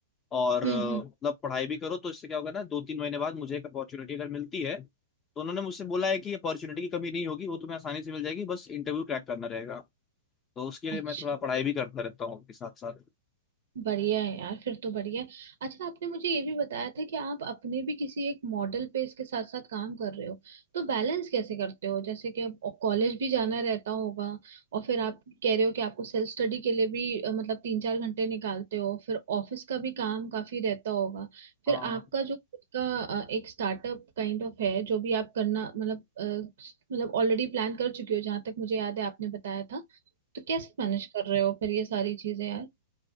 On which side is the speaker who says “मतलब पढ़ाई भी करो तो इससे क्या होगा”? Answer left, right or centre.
Left